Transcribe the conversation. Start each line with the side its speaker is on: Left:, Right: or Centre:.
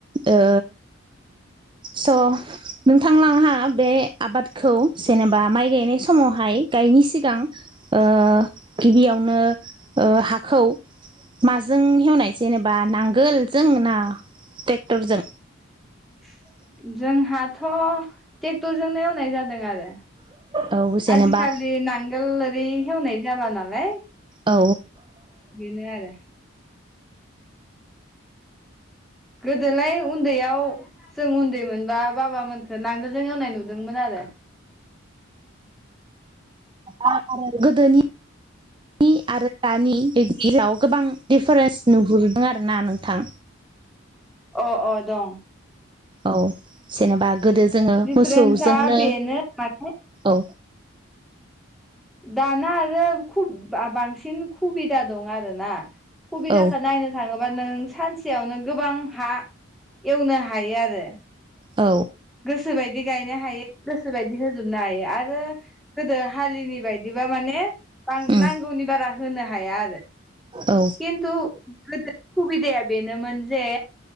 Right: ओ स नोंथांलांहा बे आबादखौ जेनेबा माइ गायनाय समावहाय गायिनि सिगां ओ गिबियावनो हाखौ माजों हेवनाय जेनेबा नांगोल जों ना ट्रेक्टरजों
Centre: <inaudible> जोंहाथ ट्रेक्टरजोंनो एवनाय जादों आरो।
Right: औ जेनेबा
Centre: आजिखालि नांगोल ओरै हेवनाय जाला नालाय
Right: औ
Centre: बिनो आरो गोदोलाय उन्दैयाव जों उन्दै मोनबा बाबामोनखो नांगोलजों एवनाय नुदोंमोन आरो दा
Right: आरो गोदोनि आरो दानि बिदिलाव गोबां दिफारेन्स नुहुरदों आरो ना नोंथां
Centre: अ अ दं
Right: औ जेनेबा गोदो जोङो
Centre: दिफारेन्सआ
Right: मोसौजोंनो
Centre: बेनो माने
Right: औ
Centre: दाना आरो बांसिन खुबिदा दं आरोना सुबिदाखौ
Right: औ
Centre: नायनो थाङोबा नों सानसेयावनो गोबां हा एवनो हायो आरो
Right: औ
Centre: गोसोबायदि गायनो हायो गोसो बायदि होजोबनो हायो आरो आरो गोदो हालिनि बायदिबा माने
Right: उम
Centre: नांगौनि बारा होनो हाया आरो
Right: औ
Centre: खिन्थु बा खुबदाया बेनो मोनजे